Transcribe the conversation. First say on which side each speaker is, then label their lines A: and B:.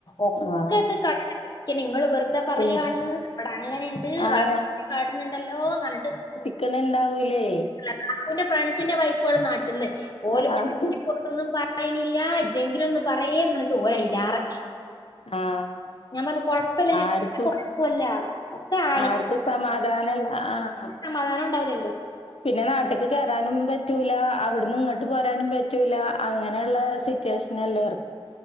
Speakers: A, on the left; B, on the left.
A: ഒക്കെ
B: ആഹ്
A: ഇത് കണ്ട് പിടിക്കൻ നിങ്ങൾ വെറത എന്താ പറയാണ്
B: പേടിക്ക്
A: ഇവിടെ അങ്ങനെയുണ്ട്
B: ആഹ്
A: വർക്ക്
B: ഞാ
A: കാട്ടുന്നുണ്ടല്ലോ ന്നർഞ്ഞിട്ട്
B: ക്ക്‌ണ് ണ്ടാവൂ ലെ
A: ല്ല കക്കൂന്റെ ഫ്രണ്ട്സിന്റെ വൈഫൾ നാട്ടിൽന്ന് ഓരോന്നു
B: ആഹ്
A: <unintelligible> അയ്നില്ല ജെങ്കിലും ഒന്ന് പറയി ന്ന് പറഞ്ഞിട്ട് ഓൽ അയിലാറെ
B: ആഹ്
A: ഞാൻ പറഞ്ഞ കൊഴപ്പില്ല
B: ആർക്കും
A: കൊഴപ്പല്ല ഒക്കെ ആ
B: ആർക്കും സമാധാനല്ല ആഹ്
A: സമാധാനം ഉണ്ടാവില്ലല്ലോ
B: പിന്നെ നാട്ട്ക്ക് കയറാനും പറ്റൂല അവിടുന്ന് ഇങ്ങോട്ട് പോരാനും പറ്റൂല അങ്ങനെയുള്ള സി സിറ്റുവേഷൻ അല്ലെ